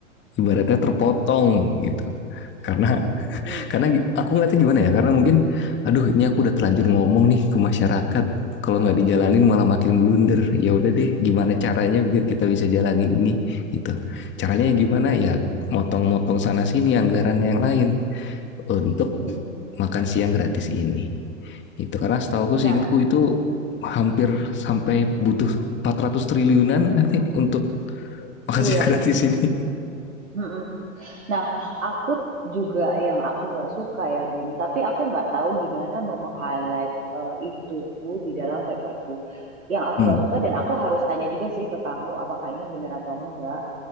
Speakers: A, on the left (about 30°); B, on the right (about 85°).
A: ibaratnya terpotong gitu karena
B: Mm-mm,
A: karena gi- aku ngeliatnya gimana ya karena mungkin aduh ini aku udah terlanjur ngomong nih ke masyarakat kalau nggak dijalanin malah makin blunder ya udah deh gimana caranya biar kita bisa jalanin ini gitu caranya gimana
B: mm-mm,
A: ya motong-motong sana sini anggaran yang lain untuk
B: mm-mm.
A: makan siang gratis ini gitu karena setahu aku
B: Nah,
A: seingatku itu hampir sampai butuh 400 triliunan I think untuk makan
B: iya.
A: siang <laughs> gratis
B: mm-mm,
A: ini
B: mm-mm. Nah, aku juga yang aku nggak suka ya, Bim. Tapi aku nggak tahu gimana mau meng-highlight eh, itu di dalam paperku. Yang aku
A: Hmm,
B: nggak suka dan aku harus tanya juga sih ke kamu, apakah ini benar atau enggak.